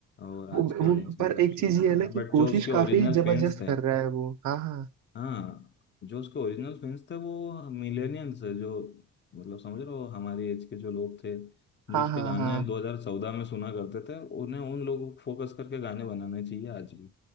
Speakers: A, on the left; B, on the right.
A: और आज
B: वो,
A: की
B: वो
A: ऑडियंस के
B: पर
A: हिसाब
B: एक
A: से
B: चीज
A: बना
B: ये है
A: रहा
B: ना
A: है
B: कि
A: बट
B: कोशिश
A: जो उसके ओरिजिनल
B: काफी जबरदस्त
A: फैंस थे
B: कर रहा है वो हाँ हाँ
A: हाँ जो उसके ओरिजिनल फैंस थे वो मिलेनियंस है जो मतलब समझ रहे हो हमारी एज के जो लोग थे
B: हाँ
A: जो उसके
B: हाँ
A: गाने
B: हाँ
A: 2014 में सुना करते थे उन्हें उन लोगों को फोकस करके गाने बनाने चाहिए आज भी